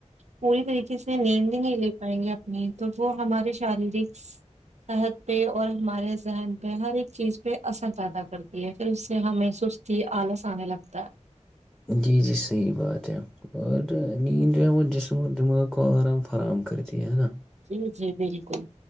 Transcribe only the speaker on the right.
پوری طریقے سے نیند ہی نہیں لے پائیں گے میں تو وہ ہمارے شاریرک صحت پہ اور ہمارے ذہن پہ ہر ایک چیز پہ اثر پیدا کرتی ہے پھر اس سے ہمیں سستی آلس آنے لگتا ہے
جی جی بالکل